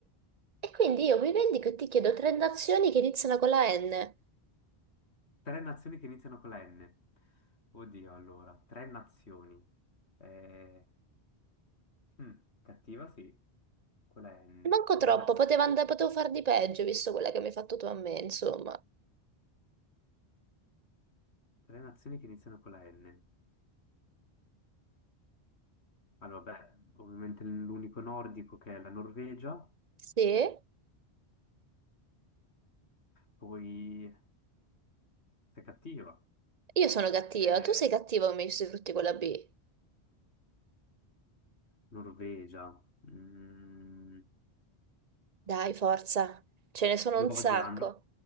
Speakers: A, on the right; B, on the left.
A: e quindi io mi vendico e ti chiedo tre nazioni che iniziano con la N.
B: Tre nazioni che iniziano con la N. Oddio, allora, tre nazioni. Eh, mm, cattiva, sì, con la N.
A: Manco
B: Tre
A: troppo,
B: nazioni.
A: poteva and- potevo far di peggio, visto quella che mi hai fatto tu a me, insomma.
B: Tre nazioni che iniziano con la N. Allora, beh, ovviamente l'unico nordico che è la Norvegia,
A: Sì,
B: poi sei cattiva.
A: io sono cattiva,
B: Eh,
A: tu sei cattiva come i frutti con la B.
B: Norvegia, mm,
A: Dai, forza, ce ne sono
B: Nuova
A: un sacco.
B: Zelanda,